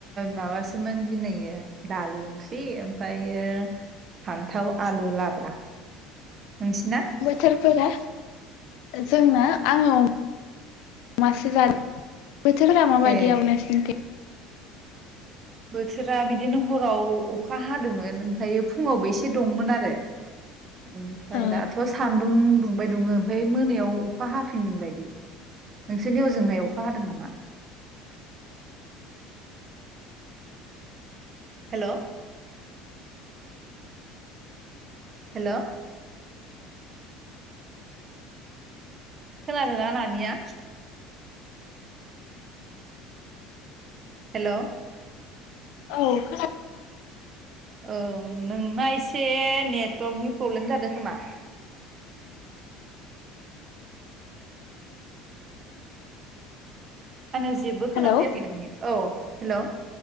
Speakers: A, on the right; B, on the left.
A: माबासोमोन दिनैयो दालि ओंख्रि ओमफ्रायो फान्थाव आलु लाब्रा नोंसिना
B: बोथोरफोरा जोंना आंल' दासो जादों बोथोरफोरा माबायदि
A: ए
B: आब' नोंसिनिथिं
A: बोथोरा बिदिनो हराव अखा हादोमोन ओमफायो फुङावबो एसे दंमोन आरो ओमफ्राय
B: ओ
A: दाथ' सान्दुं दुं बाय दङ ओमफ्राय मोनायाव अखा हाफिनगोन बायदि नोंसोरनि हजोंहाय अखा हादों नामा हेलौ हेलौ खोनादों ना नानिया? हेलौ
B: औ खोना
A: औं नोंना एसे नेटवर्कनि प्रब्लेम जादों खोमा। आंनाव जेबो खोना
B: हेलौ
A: फैयाखै नोंनिया औ हेलौ